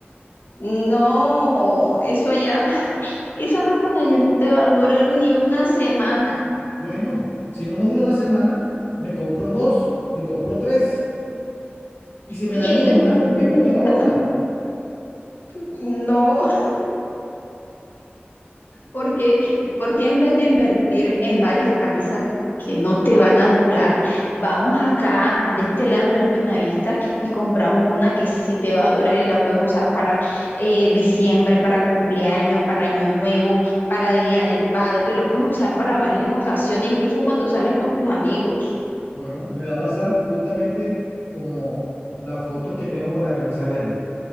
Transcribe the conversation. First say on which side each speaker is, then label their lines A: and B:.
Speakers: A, on the left; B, on the left.
A: no, eso allá, <laughs> esa ropa de allá no te va a durar ni una semana.
B: Bueno, si no me dura una semana, me compro dos, me compro tres. Y si me
A: Y
B: daño
A: ahí no
B: una,
A: estás perdiendo
B: me pongo
A: la plata.
B: la otra.
A: No. Porque, porque en vez de invertir en varias camisas que no te van a durar, vamos acá de este lado del Buenavista y compramos una que sí te va a durar y la puedes usar para eh, diciembre, para cumpleaños, para año nuevo, para Día del Padre, la puedes usar para varias ocasiones, incluso cuando sales con tus amigos.
B: Bueno, me va a pasar justamente como las fotos que tengo con la camisa verde.